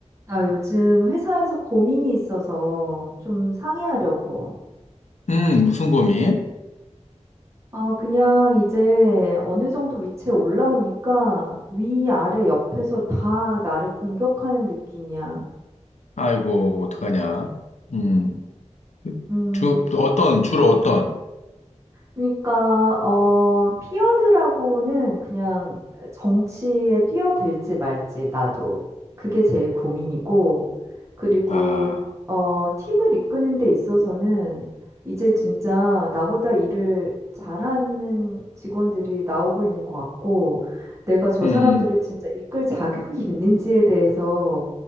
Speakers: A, on the right; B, on the left.
A: 나 요즘 회사에서 고민이 있어서 좀 상의하려고.
B: 음, 무슨 고민?
A: 아, 그냥 이제 어느 정도 위치에 올라오니까 위, 아래, 옆에서 다 나를 공격하는 느낌이야.
B: 아이고, 어떡하냐. 음,
A: 음,
B: 주, 어떤, 주로 어떤?
A: 그러니까 어 피어드라고는 그냥 정치에 뛰어들지 말지 나도 그게 제일 고민이고 그리고
B: 아,
A: 어 팀을 이끄는 데 있어서는 이제 진짜 나보다 일을 잘하는 직원들이 나오고 있는 것 같고 내가 저
B: 음,
A: 사람들을 진짜 이끌 자격이 <laughs> 있는지에 대해서